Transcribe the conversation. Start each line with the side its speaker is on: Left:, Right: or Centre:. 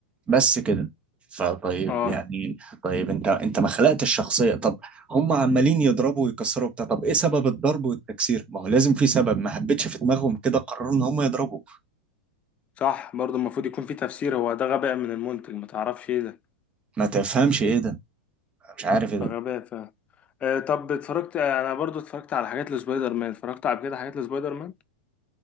Right: بس كده فطيب
Left: اه
Right: يعني طيب انت انت ما خلقتش الشخصيه طب هم عمالين يضربوا ويكسروا بتاع طب ايه سبب الضرب والتكسير ما هو لازم في سبب ما حبيتش في دماغهم كده قرروا ان هم يضربوا
Left: صح برضه المفروض يكون في تفسير هو ده غباء من المنتج ما تعرفش ايه ده
Right: ما تفهمش ايه ده مش عارف ايه ده
Left: ده غباء فعلا آه طب اتفرجت آه، انا برضه اتفرجت على حاجات لسبايدر مان اتفرجت على كده حاجات لسبايدر مان